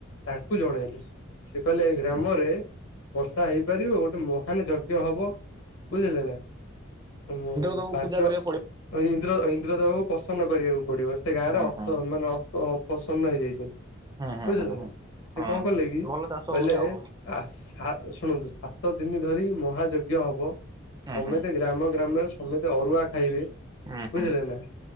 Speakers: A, on the left (about 80°); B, on the right (about 20°).
A: ତାଙ୍କୁ ଜଣେଇଲେ। ସେ କହିଲେ ଏ ଗ୍ରାମରେ, ବର୍ଷା ହେଇପାରିବ। ଗୋଟେ ମହାନ ଯଜ୍ଞ ହବ। ବୁଝିଲେ ନାଁ, ମୁଁ
B: ତାକୁ
A: ପାଞ୍ଚ
B: ପୂଜା କରିବାକୁ ପଡିବ।
A: ଇନ୍ଦ୍ର ଇନ୍ଦ୍ରଦେବକୁ ପ୍ରସନ୍ନ କରିବାକୁ ପଡିବ। ସେ ଗାଁରେ
B: ହଁ
A: ଅସ
B: ହଁ
A: ମାନେ ଅସ ଅ ପ୍ରସନ୍ନ ହେଇଯାଇଛନ୍ତି।
B: ହୁଁ ହୁଁ
A: ବୁଝିଲେ
B: ହୁଁ ହୁଁ
A: ନା, ସେ
B: ହଁ
A: କଣ କଲେ କି?
B: ଭଲ ଚାଷ
A: କହିଲେ
B: ହଉନି ଆଉ।
A: ଆ ସା ଶୁଣନ୍ତୁ ସାତ ଦିନ ଧରି ମହାଯଜ୍ଞ ହବ।
B: ହୁଁ
A: ସମେତେ
B: ହୁଁ
A: ଗ୍ରାମ ଗ୍ରାମରେ ସମେତେ ଅରୁଆ ଖାଇବେ।
B: ଉଁ।
A: ବୁଝିଲେ ନା,